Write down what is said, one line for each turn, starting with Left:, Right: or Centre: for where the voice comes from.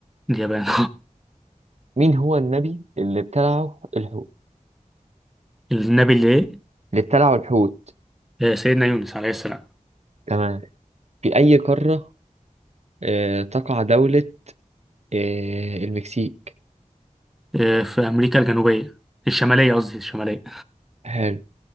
Centre: اليابان
Right: مين هو النبي اللي ابتلعه الحوت
Centre: <laughs> النبي اللي إيه؟
Right: اللي ابتلعه الحوت
Centre: آه، سيدنا يونس عليه السلام
Right: تمام في اي قارة آه تقع دولة آه المكسيك
Centre: آه، في أمريكا الجنوبية الشمالية قصدي الشمالية
Right: حلو